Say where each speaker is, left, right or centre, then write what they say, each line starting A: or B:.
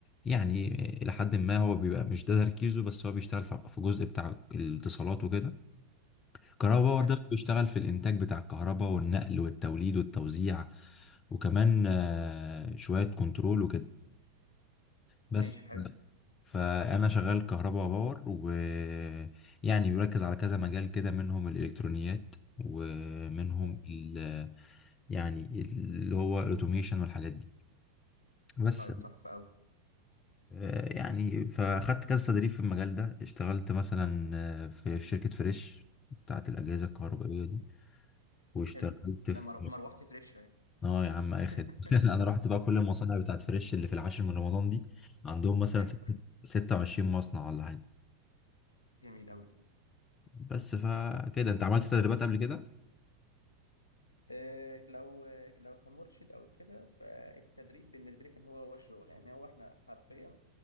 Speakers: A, on the left (about 25°); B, on the left (about 75°).
A: يعني الى حد ما هو بيبقى مش ده تركيزه بس هو بيشتغل في في جزء بتاع الاتصالات وكده كهرباء باور
B: حلو
A: ده بيشتغل في الانتاج بتاع الكهرباء والنقل والتوليد والتوزيع وكمان آه، شويه كنترول وكده بس
B: ماشي حلو
A: فانا شغال كهرباء باور ويعني بيركز على كذا مجال كده منهم الالكترونيات ومنهم
B: حلو
A: ال يعني اللي هو الاوتوميشن والحاجات دي بس
B: طيب تحفة أوي
A: آه، يعني فاخدت كذا تدريب في المجال ده اشتغلت مثلا آه، في في شركة فريش بتاعت الأجهزة الكهربائية دي واشتغلت
B: حلو أنا
A: في
B: مر- مروحتي فريش أهي
A: اه يا عم اخد
B: <laughs>
A: <laughs> انا رحت بقى كل المصانع بتاعت فريش اللي في العاشر من رمضان دي عندهم مثلا
B: حلو
A: ستة- 26 مصنع ولا حاجة
B: جميل أوي
A: بس فكده انت عملت تدريبات قبل كده
B: آه، لو آه، لو كمرشد او كده فالتدريب بالنسبه لي كان هو هو الشغل يعني هو احنا حرفيا